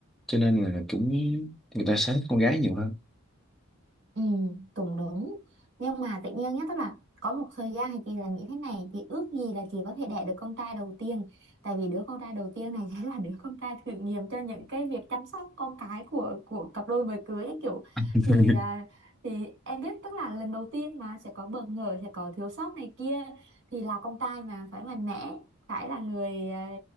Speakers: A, in the centre; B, on the right.
A: cho nên là cũng người ta sẽ thích con gái nhiều hơn
B: Ừ, cũng đúng. Nhưng mà tự nhiên nhá, tức là có một thời gian thì chị là nghĩ thế này, chị ước gì là chị có thể đẻ được con trai đầu tiên. Tại vì đứa con trai đầu tiên này <laughs> sẽ là đứa con trai thử nghiệm cho những cái việc chăm sóc con cái của của cặp đôi mới cưới ấy kiểu
A: <laughs>
B: thì à, thì em biết tức là lần đầu tiên mà sẽ có bỡ ngỡ, sẽ có thiếu sót này kia thì là con trai mà phải mạnh mẽ, phải là người à,